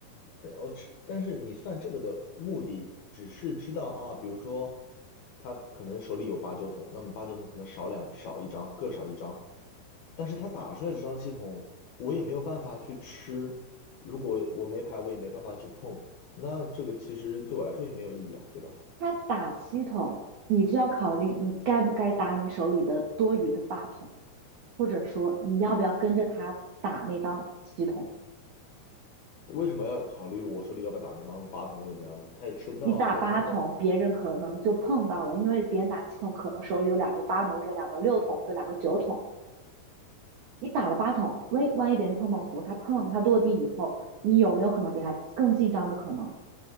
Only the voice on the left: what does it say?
但哦，只但是你算这个的目的，只是知道啊，比如说他可能手里有八九筒，那么八九筒可能少两少一张，各少一张，但是他打出来这张七筒，我也没有办法去吃，如果我没牌，我也没办法去碰，那这个其实对我来说也没有意义啊，对吧？
为什么要考虑我手里要不要打那张八筒或者怎样呢？他也吃不到啊，
他也碰不到啊